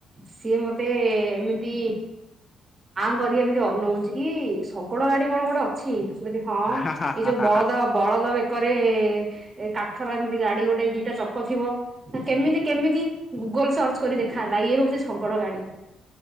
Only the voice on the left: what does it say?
ହା ହା
ହା
ହା
ହା।